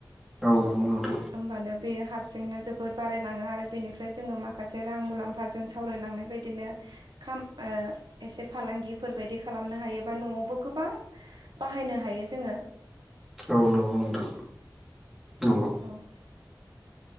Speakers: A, in the centre; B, on the right.
A: औ नंगौ नोंथां
B: होमबानो बेयो हारसिंनो जोबोद बारायलाङो आरो बेनिफ्राय जोङो माखासे रां मुलामफा फाजों सावरायलांनाय बायदिनो खाम ओ एसे फालांगिफोरबायदि खालामनो हायो बा न'आवबो गोबां बाहायनो हायो जोङो
A: औ नंगौ नोंथां नंगौ
B: औ